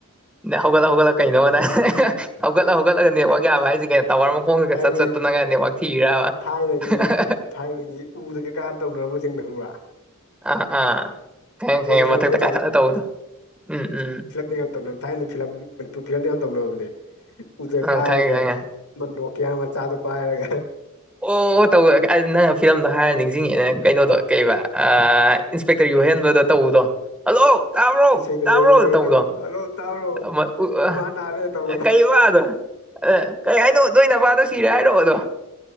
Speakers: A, in the centre; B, on the left (about 85°).
A: ꯍꯧꯒꯠꯂꯣ ꯍꯧꯒꯠꯂꯣ ꯀꯩꯅꯣꯅ <unintelligible> ꯍꯧꯒꯠꯂ ꯍꯧꯒꯠꯂꯒ ꯅꯦꯠꯋꯥꯛ ꯌꯥꯕ ꯍꯥꯏꯁꯦ ꯀꯩꯅꯣ ꯇꯋꯥꯔ ꯃ ꯈꫭꯡꯅꯒ
B: ꯍꯥꯏꯗꯤ
A: ꯆꯠ ꯆꯠꯇꯅꯒ ꯅꯦꯠꯋꯥꯔꯛ ꯊꯤꯔꯕ
B: ꯊꯥꯏꯅꯒꯤ
A: <unintelligible>
B: ꯊꯥꯏꯅꯒꯤ ꯎꯗ ꯀꯩꯀꯥ ꯇꯧꯅꯔꯝꯕꯖꯤꯡꯗꯣ ꯈꯪꯕ꯭ꯔ
A: ꯑ ꯑꯥ ꯈꯪꯉꯦ ꯈꯪꯉꯦ
B: ꯐꯤꯂꯝꯗꯒ
A: ꯃꯊꯛꯇ ꯀꯥꯈꯠꯂ ꯇꯧꯕꯗꯣ ꯎꯝ ꯎꯝ
B: <unintelligible> ꯊꯥꯏꯅꯩ ꯐꯤꯂꯝ ꯃꯅꯤꯄꯨꯔ ꯐꯤꯂꯝꯗ ꯌꯥꯝ ꯇꯧꯅꯕꯅꯦ ꯎꯗ
A: ꯑꯪ
B: ꯀꯥꯔꯒ
A: ꯈꯪꯉꯦ ꯈꯪꯉꯦ
B: <unintelligible> ꯀꯩꯔꯥꯛ ꯃꯆꯥꯗꯨ ꯄꯥꯏꯔꯒ
A: ꯑꯣ <unintelligible> ꯅꯪ ꯐꯤꯂꯝꯗꯣ ꯍꯥꯏꯔ ꯅꯤꯡ ꯖꯤꯡꯉꯛꯑꯦ ꯀꯩꯅꯣꯗꯣ ꯀꯩꯕ ꯑ ꯏꯟꯁꯄꯦꯛꯡꯇꯔ ꯌꯣꯍꯦꯟꯕꯗ ꯇꯧꯕꯗꯣ ꯍꯜꯂꯣ ꯇꯥꯕ꯭ꯔꯣ
B: ꯏꯁꯩꯒ
A: ꯇꯥꯕ꯭ꯔꯣ
B: ꯏꯔꯣꯏꯕꯗꯒ
A: ꯅ ꯇꯧꯕꯗꯣ
B: ꯇꯧꯔ ꯍꯜꯂꯣ ꯇꯥꯕ꯭ꯔꯣ
A: ꯑꯃ <unintelligible>
B: ꯏꯃꯥ ꯅꯥꯔꯦ ꯇꯧ
A: ꯑꯦ ꯀꯩꯕ ꯗꯣ ꯀꯩ ꯍꯥꯏꯅꯣ ꯅꯣꯏ ꯅꯄꯥꯗꯣ ꯁꯤꯔꯦ ꯍꯥꯏꯔꯣꯗꯣ